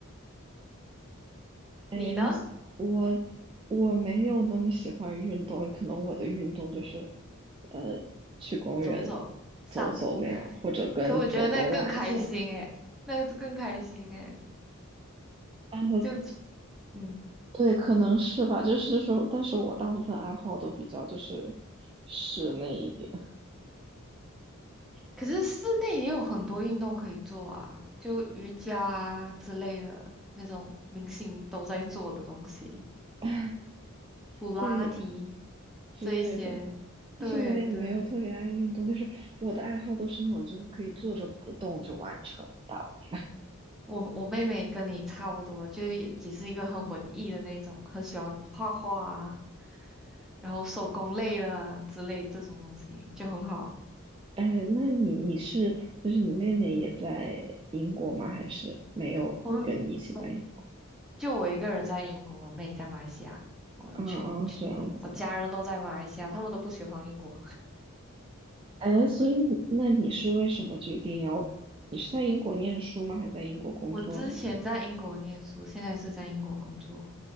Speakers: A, on the right (about 25°); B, in the centre.
A: 哎，
B: 你呢？
A: 那是我我没有那么喜欢运动，可能我的运动就是，呃，去公园
B: 走走，散步，
A: 走走那样，或者跟狗狗玩一下。
B: 可我觉得那更开心诶，那更开心诶，
A: 啊，
B: 就嗯。
A: 对，可能是吧，就是就是，但是我大部分爱好都比较就是室内一点。
B: 可是室内也有很多运动可以做啊，就瑜伽啊之类的那种明星都在做的东西，
A: <laughs>
B: 普拉提
A: 对耶之类的，
B: 这一些。
A: 但是我也没有特别爱运动，
B: 对对，
A: 就是我的爱好都是那种就是可以坐着不动就完成的大部分。
B: 我我妹妹跟你差不多，就是也也是一个很文艺的那种，很喜欢画画啊，然后手工类的啊之类这种东西就很好。
A: 哎，那你你是就是你妹妹也在英国吗？还是没有跟你一起在英国？
B: 我们我就我一个人在英国，我妹在马来西亚，我全全嗯我家人都在马来西亚，
A: 啊啊，这样子啊。
B: 他们都不喜欢英国。
A: 哎，所以那你是为什么决定要？你是在英国念书吗？还是在英国工作呢？
B: 我之前在英国念书，现在是在英国工作。